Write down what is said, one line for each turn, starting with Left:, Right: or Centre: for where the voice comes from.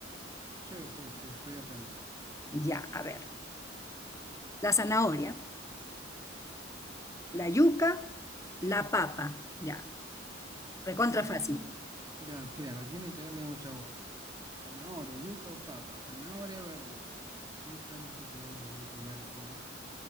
Right: Sí, sí, sí, estoy atento.
Left: Ya, a ver. La zanahoria, la yuca, la papa. Ya, recontra
Right: Mm,
Left: fácil.
Right: ya, claro, aquí no hay que darle mucha vuelta. Zanahoria, yuca o papa, zanahoria, verdura. Yuca, no estoy seguro si es un tubérculo.